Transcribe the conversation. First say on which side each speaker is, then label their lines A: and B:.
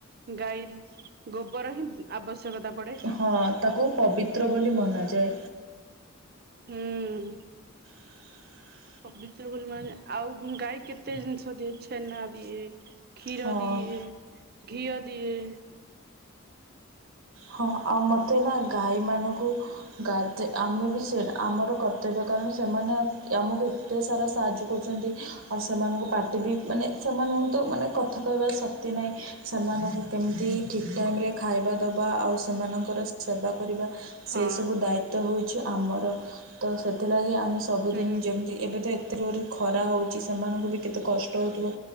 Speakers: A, on the right; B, on the right.
A: ଗାଈ ଗୋବର ହିଁ ଆବଶ୍ୟକତା ପଡେ।
B: ହଁ, ତାକୁ ପବିତ୍ର ବୋଲି ମନାଯାଏ।
A: ହୁଁ।
B: <inaudible>
A: ପବିତ୍ର ବୋଲି ମା ଆଉ ଗାଈ କେତେ ଜିନିଷ ଦିଏ ଛେନା ଦିଏ କ୍ଷୀର
B: ହଁ।
A: ଦିଏ, ଘିଅ ଦିଏ
B: ହଁ, ଆଉ ମୋତେ ନା ଗାଈମାନଙ୍କୁ ଗା ଦେ ଆମେ ବି ସେ ଆମର କର୍ତ୍ତବ୍ୟ କାରଣ ସେମାନେ ଆମକୁ ଏତେ ସାରା ସାହାଯ୍ୟ କରୁଛନ୍ତି ଆଉ ସେମାନଙ୍କ ପାଟିବି ମାନେ ସେମାନଙ୍କୁ ତ ମାନେ କଥା କହିବାର ଶକ୍ତି ନାହିଁ ସେମାନଙ୍କୁ କେମିତି ଠିକ୍ ଟାଇମ ରେ ଖାଇବା ଦ ବା ଆଉ ସେମାନଙ୍କର ସେବା କରିବା
A: ହଁ
B: ସେ ସବୁ ଦାୟି ତ ହଉଚି ଆମର ତ ସେଥିଲାଗି ଆମେ ସବୁଦିନ୍
A: ହୁଁ
B: ଯେମ୍ତି ଏବେ ତ ଏତେ ଜୋରେ ଖରା ହଉଚି ସେମାନଙ୍କୁ ବି କେତେ କଷ୍ଟ ହଉଥିବ